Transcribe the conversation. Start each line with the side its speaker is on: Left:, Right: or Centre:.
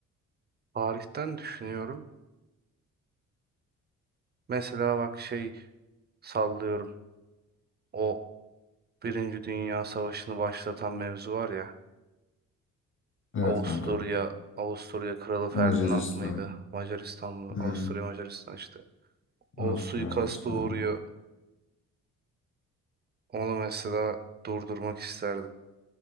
Right: Tarihten düşünüyorum. Mesela bak şey sallıyorum. O Birinci Dünya Savaşı'nı başlatan mevzu var ya.
Left: Evet
Right: Avusturya,
Left: kanka.
Right: Avusturya Kralı Ferdinand
Left: Macaristan.
Right: mıydı? Macaristan mı?
Left: Hmm.
Right: Avusturya Macaristan işte. O
Left: Avusturya
Right: suikasta
Left: Macaristan.
Right: uğruyor. Onu mesela durdurmak isterdim.